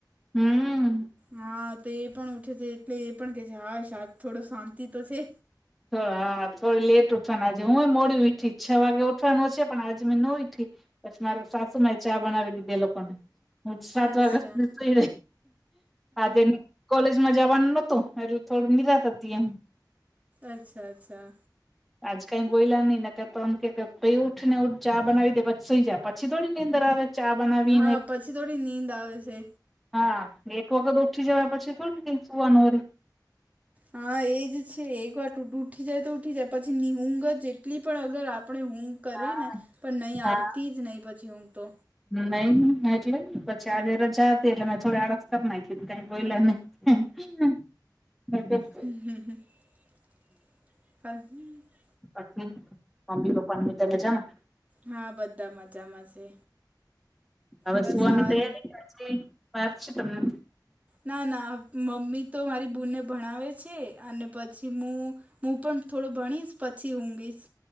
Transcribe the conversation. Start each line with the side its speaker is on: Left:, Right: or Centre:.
Centre: હમ્મ
Right: હા. તો એ પણ ઉઠે છે એટલે એ પણ કે છે હાશ આદ થોડો શાંતિ તો છે.
Centre: હા થોડી લેટ ઉઠવાના છે હું એ મોડી વીઠી છ વાગે ઉઠવાનું છે પણ આજે મેં નો ઉઈઠી પછી મારે સાસુમાં એ ચા બનાવી દીધ એ લોકોને હ સાત
Right: અચ્છા
Centre: વાગ સદ <unintelligible> તે કોલેજમાં જવાનું નહતું એટલે થોડું નિરાત હતી એમ
Right: અચ્છા અચ્છા.
Centre: આજ કઈ બોયલા નહી ને કે તોમ આમ કે ક ઉઠ ને ઉઠ ચા બનાવી દે પછી સુઈ જાય પછી થોડી નીદર આવે. ચા બનાવીને
Right: હા પછી થોડી નીંદ આવે છે.
Centre: હા ને એક વખત ઓઠી જવા પછી થોડી ક સુવાનું હોય.
Right: હા એ જ છે એકવાર ટૂડું ઉઠી જાય તો ઉઠી જાય પછી નિહુંગ જેટલી પણ અગર આપણે હું કરી
Centre: હા
Right: ને પણ નહી
Centre: હા
Right: આવતી જ નહી પછી હ ઊઘ તો
Centre: નહી એટલે પછી આજે રજા હતી એટલે મેં થોડી આડસ કરી નાખી કાઈ બોલયા નહી હ. <unintelligible>
Right: હ હ હ હ <unintelligible>
Centre: પછી મમ્મી પપ્પા ની બધા મજા મા
Right: હા બધા મજામાં છે.
Centre: હવે
Right: બસ
Centre: સુવાની
Right: હાલ
Centre: તૈયારી વાછી વાર છે તમને
Right: ના ના મમ્મી તો મારી બૂને ભણાવે છે અને પછી હું હું પણ થોડો ભણીશ પછી ઊઘીશ